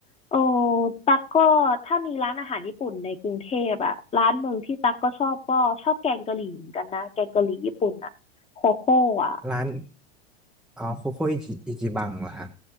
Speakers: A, on the left; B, in the centre.
A: โอ้ตั๊กก็ถ้ามีร้านอาหารญี่ปุ่นในกรุงเทพอะร้านหนึ่งที่ตั๊กก็ชอบก็ชอบแกงกะหรี่เหมือนกันนะแกงกะหรี่ญี่ปุ่นอะโคโค่อะ
B: ร้านอ๋อโคโค่อิจิอิจิบังเหรอฮะ